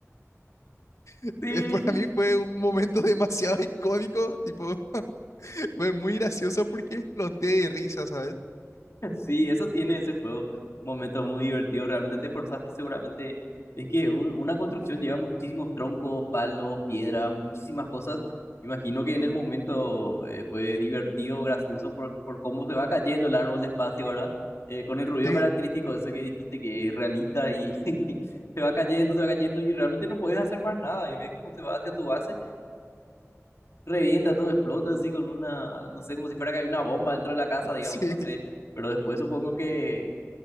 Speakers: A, on the left; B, on the left.
A: Eh,
B: Sí,
A: <laughs> Para mí fue un momento demasiado icónico, tipo, <laughs> fue muy gracioso porque exploté de risa, ¿sabes?
B: <laughs> Sí, eso tiene ese juego, momentos muy divertidos, realmente te esforzaste seguramente. Es que un- una construcción lleva muchísimos troncos, palos, piedra, muchísimas cosas. Imagino que en el momento eh, fue divertido, gracioso por, por cómo se va cayendo el árbol despacio ahora, eh, con el ruido
A: Sí,
B: característico de ese que dijiste que es realista y <laughs> se va cayendo, se va cayendo y realmente no puedes hacer más nada y ves cómo se va hacia tu base revienta, todo explota así con una, no sé, como si fuera que hay una bomba dentro de la casa,
A: <laughs>
B: digamos,
A: sí,
B: no sé, pero después supongo que